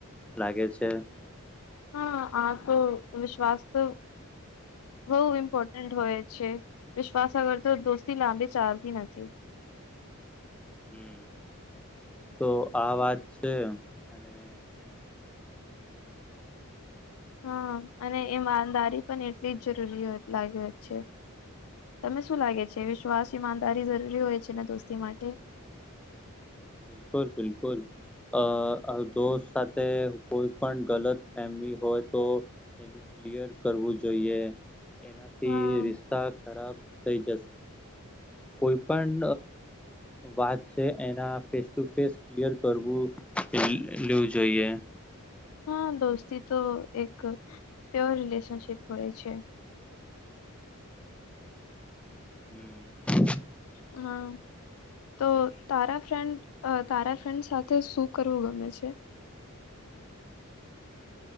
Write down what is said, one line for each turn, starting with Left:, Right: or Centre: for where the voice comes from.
Centre: લાગે છે.
Left: હા આ તો વિશ્વાસ તો બહુ ઇમ્પોર્ટન્ટ હોય છે, વિશ્વાસ આગળ તો દોસ્તી લાંબી ચાલતી નથી
Centre: હમ તો આ વાત છે. અને
Left: હા અને ઈમાદારી પણ એટલી જ જરૂરી લાગે છે. તમે શું લાગે છે, વિશ્વાસ ઈમાનદારી જરૂરી હોય છે ને દોસ્તી માટે
Centre: બિલકુલ બિલકુલ અ દોસ્ત સાથે કોઈ પણ ગલત ફેમિલી હોય, તો ક્લયર કરવું જોઈએ એનાથી
Left: હા
Centre: રિસ્તા ખરાબ થ જ કોઈ પણ વાત છે, એના ફેસ ટુ ક્લિયર કરવું એ લેવું જોઈએ
Left: હા દોસ્તી તો એક પ્યોર રિલેશનશીપ હોય છે.
Centre: હમ
Left: હા તો તારા ફ્રેન્ડ તારા ફ્રેન્ડ સાથે શું કરવું ગમે છે.